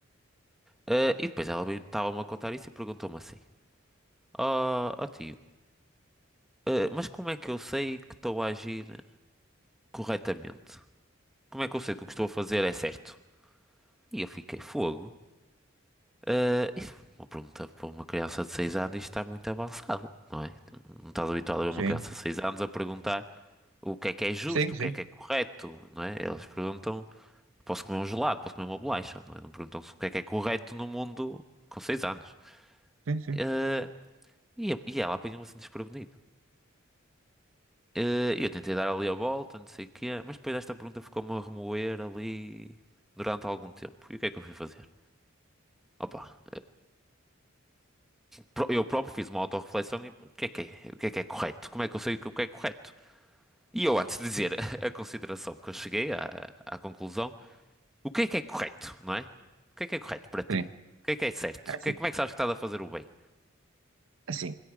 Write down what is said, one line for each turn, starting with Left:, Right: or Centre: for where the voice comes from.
Centre: Eh, e depois ela veio- estava-me a contar isso e perguntou-me assim: Ó ó tio, eh, mas como é que eu sei que estou a agir corretamente? Como é que eu sei que o que estou a fazer é certo? E eu fiquei fogo. Eh, isso é uma pergunta para uma criança de 6 anos, isto está muito avançado, não é? Não estás habituado a ver
Right: Sim,
Centre: uma criança de 6 anos a perguntar o que é que é justo,
Right: sim,
Centre: o
Right: sim,
Centre: que é que é correto, não é? Elas perguntam, posso comer um gelado, posso comer uma bolacha, não é? Não perguntam se o que é que é correto no mundo com 6 anos.
Right: sim, sim.
Centre: Eh, e, a- e ela apanhou-me assim desprevenido. Eh, eu tentei dar ali a volta, não sei o quê, mas depois esta pergunta ficou-me a remoer ali durante algum tempo. E o que é que eu fui fazer? Opa, pro- eu próprio fiz uma autorreflexão e o que é que é, o que é que é correto? Como é que eu sei o que é correto? E eu, antes de dizer <laughs> a consideração que eu cheguei à, à conclusão, o que é que é correto, não é? O que é que é correto para ti?
Right: sim.
Centre: O que é que é certo?
Right: Assim,
Centre: O que é- como é que sabes que estás a fazer o bem?
Right: assim,